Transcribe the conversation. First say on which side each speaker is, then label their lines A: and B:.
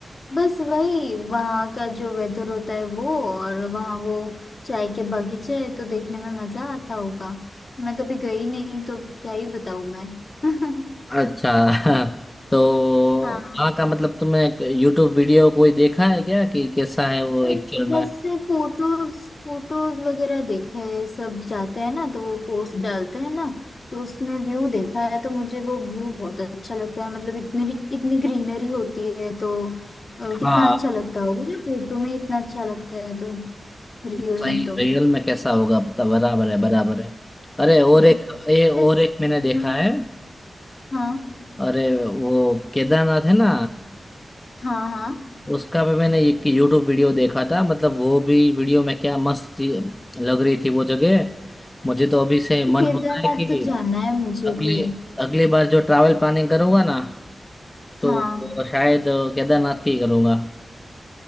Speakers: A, on the left (about 55°); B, on the left (about 25°).
A: बस वही वहाँ का जो वेदर होता है वो और वहाँ वो चाय के बगीचे है तो देखने में मजा आता होगा मैं कभी गई नहीं तो क्या ही बताऊँ मैं <laughs>
B: अच्छा <laughs> तो वहाँ
A: हाँ
B: का मतलब तुमने यूट्यूब वीडियो कोई देखा है क्या कि कैसा है वो
A: पर
B: एक्चुअल में
A: वैसे फोटोज फोटोज वगैरह देखे हैं, सब जाते हैं ना तो वो पोस्ट डालते हैं ना तो उसमें व्यू देखा है तो मुझे वो व्यू बहुत अच्छा लगता है मतलब इतनी इतनी ग्रीनरी होती है तो अ, कितना
B: हाँ
A: अच्छा लगता होगा ना फोटो में इतना अच्छा लगता है तो रियल
B: सही
A: में तो
B: रियल में कैसा होगा बता बराबर है बराबर है अरे और
A: फिर
B: एक ये और
A: बस,
B: एक मैंने देखा
A: हाँ
B: है
A: हाँ
B: अरे वो केदारनाथ है ना
A: हाँ हाँ
B: उसका भी मैंने एक यूट्यूब वीडियो देखा था मतलब वो भी वीडियो में क्या मस्त थी- लग रही थी वो जगह मुझे तो अभी से मन
A: तो केदारनाथ
B: हो रहा है कि
A: तो जाना है मुझे
B: अगली
A: भी
B: अगली बार जो ट्रैवल प्लानिंग करूंगा ना तो
A: हाँ
B: शायद केदारनाथ की ही करूंगा